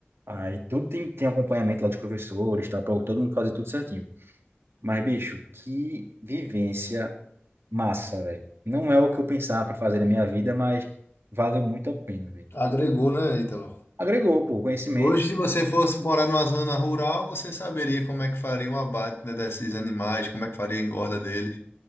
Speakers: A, on the right (about 70°); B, on the left (about 70°).
A: Aí tudo tem, tem acompanhamento lá dos professores, tá? Pra todo mundo fazer tudo certinho. Mas, bicho, que vivência massa, velho. Não é o que eu pensava pra fazer na minha vida, mas valeu muito a pena, velho.
B: Agregou, né, Ítalo?
A: Agregou, pô, conhecimento.
B: Hoje, se você fosse morar numa zona rural, você saberia como é que faria um abate, né, desses animais, como é que faria a engorda deles.